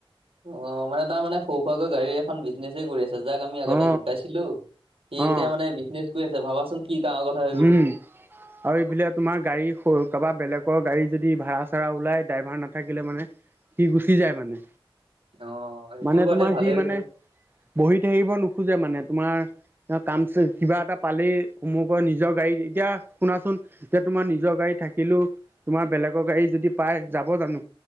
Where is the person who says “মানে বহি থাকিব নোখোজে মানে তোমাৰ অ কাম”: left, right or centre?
Right